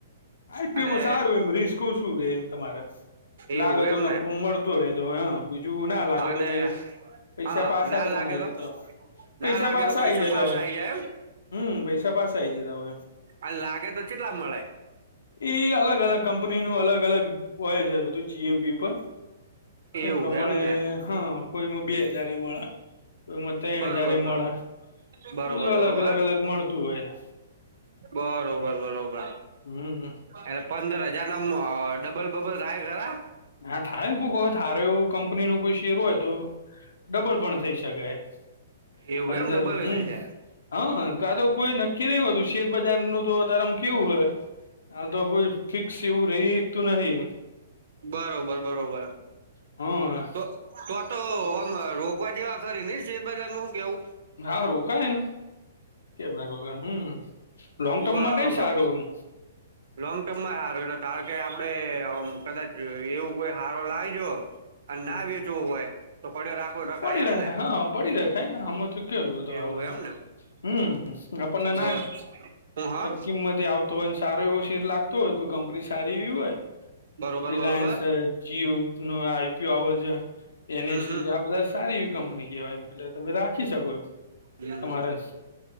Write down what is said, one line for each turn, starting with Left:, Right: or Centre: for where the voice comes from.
Left: આઈપીઓમાં
Right: અને
Left: સારું એમ રિસકો શું રે એમ તમારે લાગે
Right: એવું
Left: તો
Right: એમને
Left: નફો મળતો રહેેતો હ બીજું ના લાગે
Right: અને
Left: તો પ પૈસા
Right: હા
Left: પાસા
Right: ના
Left: તમને
Right: લાગે
Left: આય
Right: તો
Left: જતા હોય. પૈસા
Right: ના લાગે
Left: પાસાા
Right: તો પૈસા
Left: આઈ જતા
Right: પાછા
Left: હોય.
Right: આઈ જાય એમ
Left: હમ, પૈસા પાસા આવી જતા હોય એમ.
Right: અને લાગે તો કેટલા મળે
Left: એ અલગ-અલગ કંપની નું, અલગ અલગ હોય છે, બધું જીએમપી ઉપર.
Right: એવું
Left: એ પ્રમાણે,
Right: એમને
Left: હા, કોઈમાં બે હજાર એ મળે. મત એણા
Right: બરોબર
Left: જ્યારે મળે.
Right: બરોબર,
Left: એ બધું અલગ
Right: બરોબર,
Left: અલગ અલગ મળતું હોય
Right: બરોબર, બરોબર.
Left: હમ
Right: એ પંદર હજાર ના ડબલ-બબલ થાય ખરા?
Left: હા, થાય ને. કોઈ કો હારુ એવું કંપની નું કોઈ શેર હોય તો ડબલ પણ થઈ શકાય,
Right: એવું
Left: પંદર,
Right: એમ ડબલ
Left: હમ.
Right: થઈ જાય
Left: હા, કા તો કોઈ નક્કી નય હોતું. શેરબજારનું, અ તાર ત મ, કેવું હોય?
Right: <unintelligible>
Left: આ તો કોઈ ફિક્સ એવું રહી હકતુ નહીં, એમ.
Right: બરોબર, બરોબર.
Left: હા
Right: તો, તો, તો આમ રોકવા જેવા ખરી ને, શેરબજારમાં? હું કેવું.
Left: હા, રોકાયા ના. કેમના પગમે, હમ, લોંગ ટર્મ
Right: બરોબર
Left: માટે સારું, એમ?
Right: લોંગ ટર્મ માં હારુ એટલે ઘારો આપડે ઓમ કદાચ એવું કોઈ હારો લાઈજો. અને
Left: એમ
Right: ના વેચવું હોય તો પડ્યો રાખો રખાય
Left: પડી
Right: એમને
Left: હા પડી રખાય ને આમાં તો કેવું તો
Right: એવું.
Left: આવવાનું
Right: એમ ને.
Left: હમ આપણને ના
Right: બ હું હા
Left: એક કિંમતી આવતો હોય સારો એવો <unintelligible> લગતું હતું. કંપની ની સારી એવી હોય.
Right: બરોબર
Left: રિલાયંસ,
Right: બરોબર
Left: જીઓ <inaudible> આવ છે. એનએસી
Right: હમ હમ
Left: આ બધા સારી કંપની કહેવાય એમ એટલે તમે રાખી શકો એમ
Right: હમ.
Left: તમારે